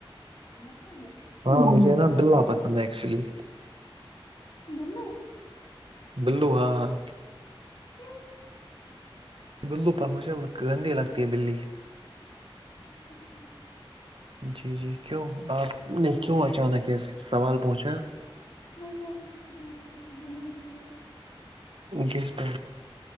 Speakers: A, on the left; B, on the right.
A: آ میں سو
B: ہاں مجھے نا بلا پسند ہے ایکچولی
A: بلو
B: بلو ہاں ہاں
A: کیوں
B: بلو پاک مجھے گندی لگتی ہے بلی
A: اچھا ٹھیک
B: جی جی کیوں آپ نے کیوں اچانک ہے سوال پوچھا
A: میں یہ اس پہ دیکھ رہی تھی بلی سرے
B: کس پ